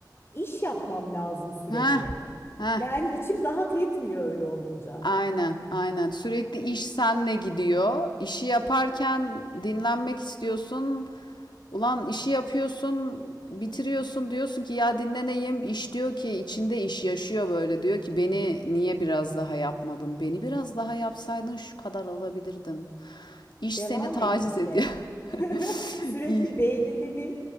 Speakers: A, on the left (about 35°); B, on the left (about 85°).
A: iş yapmam lazım sürekli.
B: Ha. Ha.
A: Yani içim rahat etmiyor öyle olunca.
B: Aynen, aynen. Sürekli iş senle gidiyor. İşi yaparken dinlenmek istiyorsun. Ulan işi yapıyorsun, bitiriyorsun diyorsun ki ya dinleneyim. İş diyor ki içinde iş yaşıyor böyle diyor ki beni niye biraz daha yapmadın? Beni biraz daha yapsaydın şu kadar alabilirdin. İş
A: Devam
B: seni taciz
A: et işe.
B: ediyor.
A: <laughs>
B: <laughs>
A: Sürekli
B: İyi.
A: beyninde bir